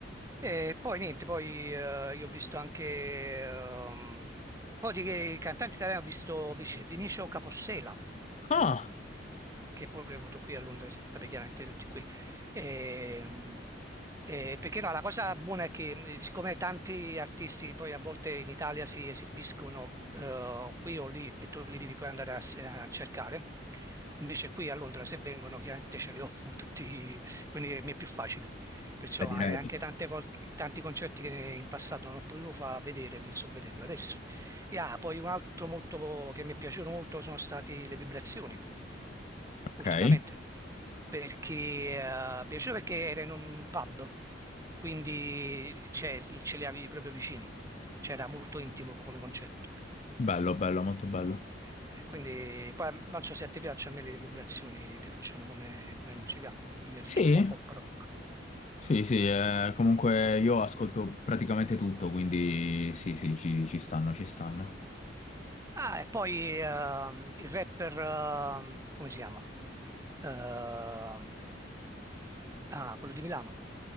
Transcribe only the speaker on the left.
Ah,
Eh, direi.
ok.
Bello, bello, molto bello.
Sì,
sì, sì, eh, comunque io ascolto praticamente tutto, quindi sì, sì, ci, ci stanno, ci stanno.